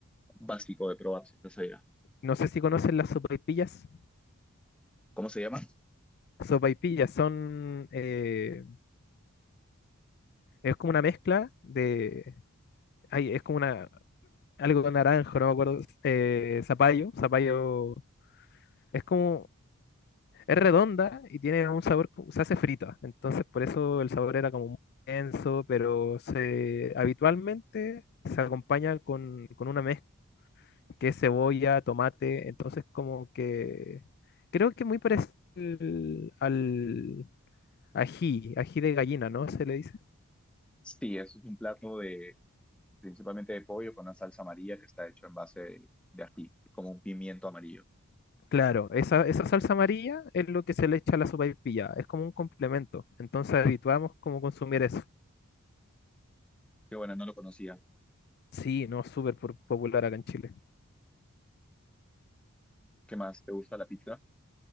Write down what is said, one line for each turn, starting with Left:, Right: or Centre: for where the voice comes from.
Centre: básico de probar si estás allá?
Left: No sé si conocen las sopaipillas.
Centre: ¿Cómo se llama?
Left: Sopaipillas son, eh, es como una mezcla de, ay, es como una, algo naranjo, no me acuerdo, eh, zapallo, zapallo. Es como Es redonda y tiene un sabor, como- se hace frita, entonces por eso el sabor era como muy denso, pero se, habitualmente se acompaña con, con una mezcla que es cebolla, tomate, entonces como que creo que muy parecido al, al ají, ají de gallina, ¿no? Se le dice.
Centre: Sí, eso es un plato de principalmente de pollo con una salsa amarilla que está hecho en base de, de ají, como un pimiento amarillo.
Left: Claro, esa, esa salsa amarilla es lo que se le echa a la sopaipilla, es como un complemento, entonces habituamos como consumir eso.
Centre: Qué bueno, no lo conocía.
Left: Sí, no, súper po- popular acá en Chile.
Centre: ¿Qué más? ¿Te gusta la pizza?